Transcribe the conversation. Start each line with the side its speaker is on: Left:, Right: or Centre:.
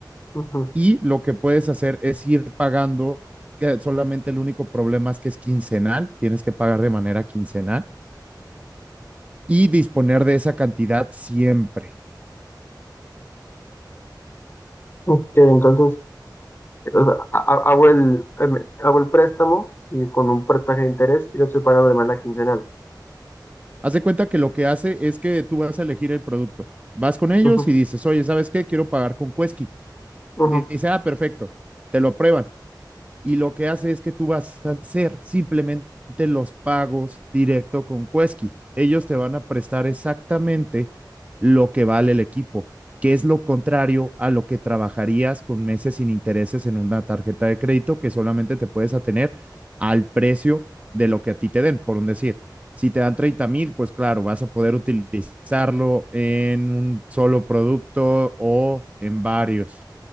Left: Ujú.
Right: Y lo que puedes hacer es ir pagando, que solamente el único problema es que es quincenal, tienes que pagar de manera quincenal y disponer de esa cantidad siempre.
Left: Ok, entonces o sea, ha- ha- hago el, em, hago el préstamo y con un porcentaje de interés y lo estoy pagando de manera quincenal.
Right: Haz de cuenta que lo que hace es que tú vas a elegir el producto. Vas con ellos
Left: Ujú,
Right: y dices, oye, ¿sabes qué? Quiero pagar con Quesky.
Left: ujú,
Right: Y te dice, ah, perfecto, te lo aprueban. y lo que hace es que tú vas a hacer simplemente los pagos directo con Cuesqui. Ellos te van a prestar exactamente lo que vale el equipo, que es lo contrario a lo que trabajarías con meses sin intereses en una tarjeta de crédito que solamente te puedes atener al precio de lo que a ti te den, por un decir. Si te dan treinta mil, pues claro, vas a poder utilizarlo en un solo producto o en varios